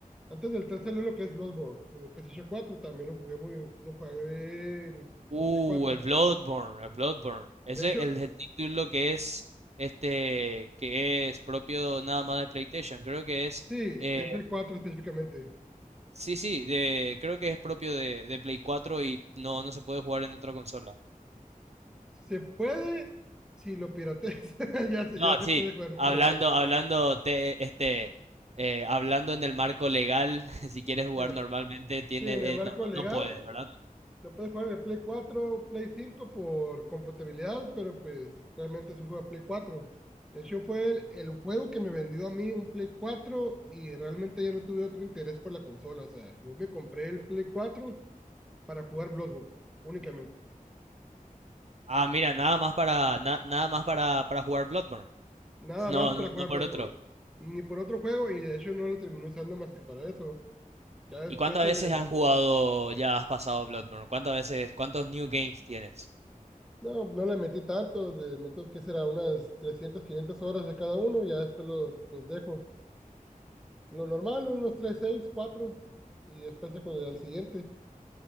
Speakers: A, in the centre; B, on the right (about 50°).
A: antes del 3 salió lo que es Bloodborne, en el PlayStation 4 también lo jugué muy, lo jugué en el, en
B: Uh,
A: el Play 4.
B: el Bloodborne, el Bloodborne, ese
A: De hecho,
B: es el, el título que es, este, que es propio nada más de PlayStation, creo que es...
A: Sí,
B: eh,
A: de Play 4 específicamente.
B: Sí, sí, de, creo que es propio de, de Play 4 y no, no se puede jugar en otra consola.
A: Se puede, si lo pirateas, <laughs> ya se,
B: No,
A: ya se
B: sí,
A: puede jugar
B: hablando,
A: emulado.
B: hablando, te- este, eh, hablando en el marco legal, <laughs> si quieres jugar
A: Eh,
B: normalmente, tiene,
A: sí, en el marco
B: eh, no, no,
A: legal,
B: no puedes, ¿verdad?
A: lo puedes jugar de Play 4, Play 5 por compatibilidad, pero pues realmente se juega Play 4. De hecho, fue el, el juego que me vendió a mí un Play 4 y realmente ya no tuve otro interés por la consola. O sea, yo me compré el Play 4 para jugar Bloodborne, únicamente.
B: Ah, mira, nada más para, na- nada más para, para jugar Bloodborne.
A: Nada
B: No,
A: más para
B: no,
A: jugar
B: no por
A: Bloodborne.
B: otro.
A: Ni por otro juego, y de hecho no lo terminé usando más que para eso. Ya
B: ¿Y
A: después,
B: cuántas
A: eh,
B: veces has jugado, ya has pasado Bloodborne? ¿Cuántas veces, cuántos new games tienes?
A: no, no le metí tanto, le meto, ¿qué será? Unas 300, 500 horas a cada uno, ya después los, los dejo. Lo normal, unos 3 saves, 4 y después se con el al siguiente.